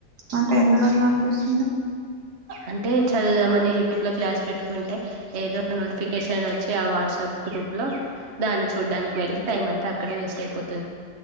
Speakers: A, on the right; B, on the right.
A: అంటే ఎందుకు అట్ల అనిపిస్తుంది
B: అంటే చదవదామని యూట్యూబ్ లో క్లాస్ పెట్టుకుంటే ఏదో నోటిఫికేషన్ వచ్చి అ వాట్సాప్ గ్రూప్ లో దాన్ని చూడడానికి వెళ్ళి టైమ్ అంతా అక్కడే వేస్ట్ అయిపో